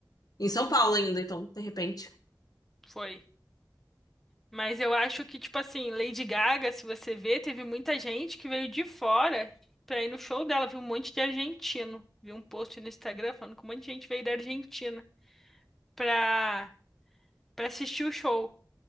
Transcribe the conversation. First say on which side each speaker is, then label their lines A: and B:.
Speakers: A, on the left; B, in the centre.
A: em São Paulo ainda, então, de repente.
B: foi. Mas eu acho que, tipo assim, Lady Gaga, se você ver, teve muita gente que veio de fora pra ir no show dela. Viu um monte de argentino. Vi um post no Instagram falando que um monte de gente veio da Argentina pra, pra assistir o show.